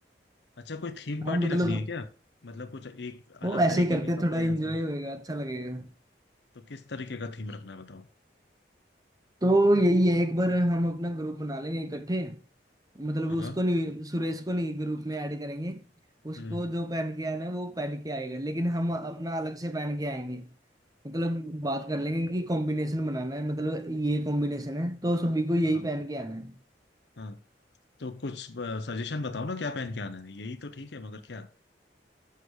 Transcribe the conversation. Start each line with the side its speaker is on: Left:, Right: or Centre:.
Left: अच्छा कोई थीम
Right: हाँ
Left: पार्टी
Right: मतलब
Left: रखनी है क्या मतलब कुछ एक
Right: वो
Left: अलग
Right: ऐसे
Left: तरीके
Right: ही करते
Left: के
Right: हैं,
Left: कपड़े
Right: थोड़ा एंजॉय
Left: जैसा
Right: होएगा अच्छा लगेगा
Left: तो किस तरीके का थीम रखना है बताओ
Right: तो यही है एक बार हम अपना ग्रुप बना लेंगे इकट्ठे मतलब
Left: हाँ
Right: उसको
Left: हाँ
Right: नहीं सुरेश को नहीं ग्रुप में ऐड करेंगे उसको
Left: हम्म
Right: जो पहन के आना है वो पहन के आएगा लेकिन हम अपना अलग से पहन के आएंगे मतलब बात कर लेंगे कि कॉम्बिनेशन बनाना है मतलब ये कॉम्बिनेशन है तो सभी को यही
Left: हाँ
Right: पहन के आना है
Left: हाँ तो कुछ सजेशन बताओ ना क्या पहन के आना है यही तो ठीक है मगर क्या